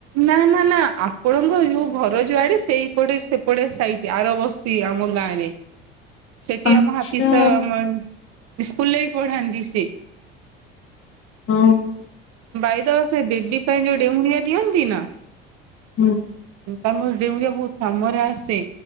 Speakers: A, on the right; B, on the left.
A: ନା ନା ନା ଆପଣଙ୍କ ଯୋଉ ଘର ଯୋଆଡେ ସେଇପଟେ ସେପଟେ ସାଇଟ ରେ ଆର ବସ୍ ତି ଆମ ଗାଁ ରେ। ସେଠି
B: ଆଛା
A: ଆମ ହାଫିସ ସା <unintelligible> ସ୍କୁଲରେ ବି ପଢାନ୍ତି ସେ।
B: ଓ ହୋ।
A: ବାଇଦ ସେ ବେବି ପାଇଁ ଯୋଉ ଡେଉଁରିଆ ଦିଅନ୍ତି ନା
B: ହୁଁ।
A: ତାମର ଡେଉଁରିଆ ବହୁତ କାମରେ ଆସେ।